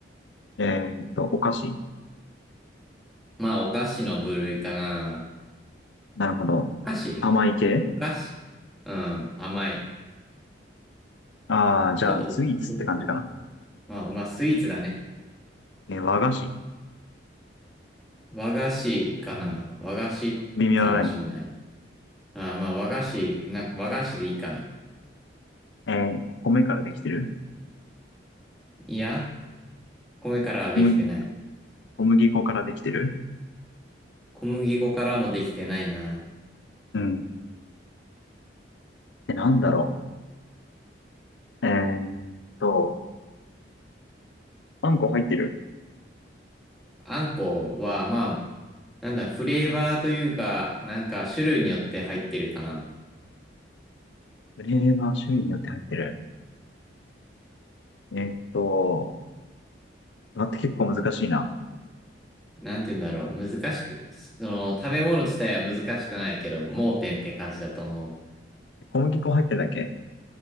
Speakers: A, on the left; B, in the centre.
A: えーっと、お菓子。
B: まあ、お菓子の部類かな。
A: なるほど。
B: お菓子
A: 甘い系
B: お菓子うん、甘い。
A: ああー、じゃあ、
B: ちょっと、
A: スイーツって感じかな。
B: お、お、おまあ、まあ、スイーツだね。
A: えー和菓子。
B: 和菓子かな。和菓子かもしんない。
A: 微妙なライン。
B: あー、まあ、和菓子、なんか和菓子でいいかな。
A: えー米からできてる
B: いや、米からはできてない。
A: うん小麦粉からできてる
B: 小麦粉からもできてないな。
A: うん。で、なんだろう。えーっと、あんこ入ってる。
B: あんこは、まあ、なんだ、フレーバーというか、なんか種類によって入ってるかな。
A: フレーバー種類によって入ってる。えーっと、待って結構難しいな。
B: なんて言うんだろう。難しく、その、食べ物自体は難しくないけど、盲点って感じだと思うわ。
A: 小麦粉入ってるだけ